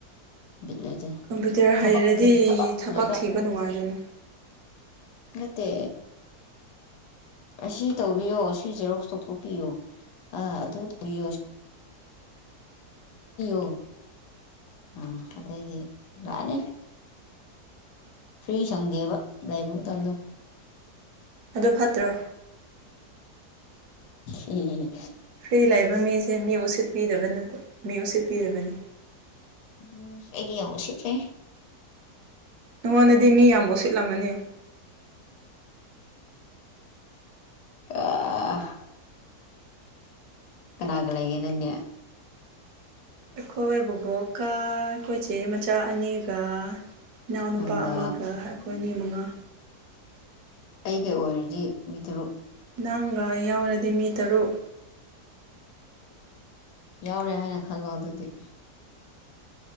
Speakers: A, on the left; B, on the right.
A: ꯕꯤꯠ ꯂꯩꯖꯩ
B: ꯀꯝꯄ꯭ꯌꯨꯇꯔ ꯍꯩꯔꯗꯤ
A: ꯊꯕꯛ ꯁꯀꯤ ꯊꯕ
B: ꯊꯕꯛ
A: ꯉꯥꯛꯇ
B: ꯊꯤꯕ ꯅꯨꯡꯉꯥꯏꯗꯣꯏꯅꯤ
A: ꯃꯠꯇꯦ ꯑꯁꯤ ꯇꯧꯕꯤꯌꯣ ꯁꯤ ꯖꯦꯔꯣꯛꯁ ꯇꯧꯊꯣꯛꯄꯤꯌꯣ ꯑꯥ ꯑꯗꯨ ꯇꯧꯕꯤꯌꯣ ꯣ ꯑ ꯑꯗꯦ ꯂꯅꯦꯦ ꯐ꯭ꯔꯤ ꯁꯪꯗꯦꯕ ꯂꯩꯕ ꯃꯇꯝꯗ
B: ꯑꯗꯨ ꯐꯠꯇ꯭ꯔꯣ
A: ꯎꯝ
B: ꯐ꯭ꯔꯤ ꯂꯩꯥꯛꯕ ꯃꯤꯁꯦ ꯃꯤ ꯎꯁꯤꯠꯄꯤꯗꯕ ꯅ ꯃꯤ ꯎꯁꯤꯠꯄꯤꯗꯕꯅꯤ
A: ꯎꯝ ꯑꯦꯗꯤ ꯑꯣ ꯎꯆꯦꯁꯦ
B: ꯅꯉꯣꯟꯗꯗꯤ ꯃꯤ ꯌꯥꯝ ꯑꯣꯠꯁꯤꯠꯂꯝꯃꯅꯤ
A: ꯑ ꯀꯅꯥꯒ ꯂꯩ ꯌꯦꯅꯅꯦ
B: ꯑꯩꯈꯣꯏ ꯕꯕꯣꯛꯀ ꯑꯩꯈꯣꯏꯆꯦ ꯃꯆꯥ ꯑꯅꯤꯒ ꯏꯅꯥꯎꯅꯨꯄꯥ
A: ꯅꯪꯒ
B: ꯑꯃꯒ ꯑꯩꯈꯣꯏ ꯑꯅꯤ ꯃꯉꯥ
A: ꯑꯩꯒ ꯑꯣꯏꯔꯗꯤ ꯃꯤꯇꯔꯨꯛ
B: ꯅꯪꯒ ꯌꯥꯎꯔꯗꯤ ꯃꯤ ꯇꯔꯨꯛ
A: ꯌꯥꯎꯔꯦ ꯍꯥꯏꯅ ꯈꯜꯂꯣ ꯑꯗꯨꯗꯤ